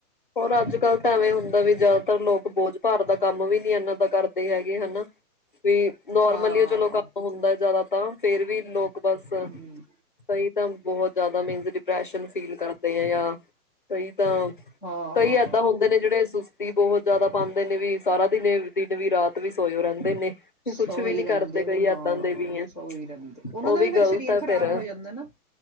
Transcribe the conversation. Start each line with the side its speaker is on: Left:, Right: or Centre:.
Left: ਹੋਰ ਅੱਜ ਕੱਲ੍ਹ ਤਾਂ ਵੀ ਹੁੰਦਾ ਵੀ ਜ਼ਿਆਦਾਤਰ ਲੋਕ ਬੋਝ ਭਾਰ ਦਾ ਕੰਮ ਵੀ ਨੀ ਇਹਨਾਂ ਕਰਦੇ ਹੈਗੇ ਹੈਨਾ ਵੀ, ਨੋਰਮਲੀ
Centre: ਹਾਂ
Left: ਚਲੋ, ਕੰਮ ਹੁੰਦਾ ਜ਼ਿਆਦਾ ਤੇ ਅਫੇਰ ਵੀ ਲੋਕ ਬਸ
Centre: ਹਮ
Left: ਸਹੀ ਤਾਂ ਬਹੁਤ ਜ਼ਿਆਦਾ ਮੀਨਸ ਡਿਪਰੈਸ਼ਨ ਫੀਲ ਕਰਦੇ ਆ ਜਾਂ ਕਈ ਤਾਂ
Centre: ਹਾਂ
Left: ਕਈ, ਇਏਦਾਂ ਹੁੰਦੇ ਨੇ ਜਿਹੜੇ ਤੀ ਬਹੁਤ ਜਿਆਦਾ ਪਾਉਂਦੇ ਨੇ ਵੀ ਸਾਰਾ ਦਿਨ ਦਿਨ ਵੀ ਰਾਤ ਵੀ ਸੋਇਓ ਰਹਿੰਦੇ ਨੇ
Centre: ਸੋ
Left: ਕੁਛ ਵੀ
Centre: ਹੀ
Left: ਨੀ
Centre: ਰਹਿੰਦੇ
Left: ਕਰਦੇ
Centre: ਨੇ
Left: ਕਈ
Centre: ਹਾਂ,
Left: ਏਦਾਂ ਦੇ ਵੀ ਹੈ
Centre: ਸੋ ਹੀ ਰਹਿੰਦੇ ਉਹਨਾ
Left: ਉਹ
Centre: ਦਾ ਵੀ ਫਿਰ
Left: ਗ਼ਲਤ
Centre: ਸਰੀਰ
Left: ਹੈ
Centre: ਖ਼ਰਾਬ
Left: ਫੇਰ
Centre: ਹੋ ਜਾਂਦਾ ਨਾ